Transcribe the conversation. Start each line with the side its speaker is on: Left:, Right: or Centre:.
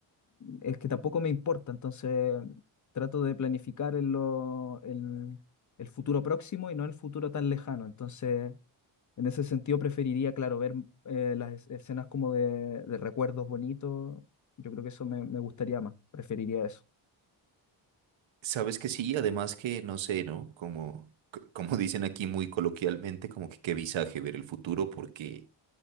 Left: es que tampoco me importa, entonces trato de planificar en lo- en el futuro próximo y no el futuro tan lejano. Entonces, en ese sentido, preferiría, claro, ver eh, las es- escenas como de, de recuerdos bonitos. Yo creo que eso me, me gustaría más, preferiría eso.
Right: Sabes que sí, además que no sé, ¿no? Como, c- como dicen aquí muy coloquialmente, como que qué visaje ver el futuro, porque,